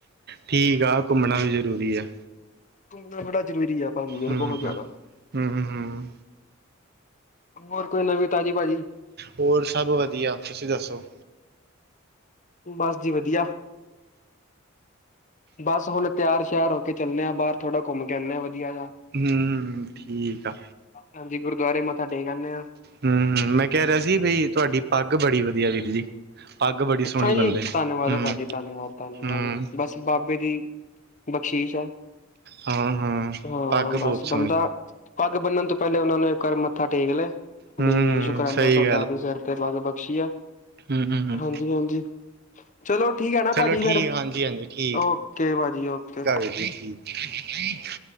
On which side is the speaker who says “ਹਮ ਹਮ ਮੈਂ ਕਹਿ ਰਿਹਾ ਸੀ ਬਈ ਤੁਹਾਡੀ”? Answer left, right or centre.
Right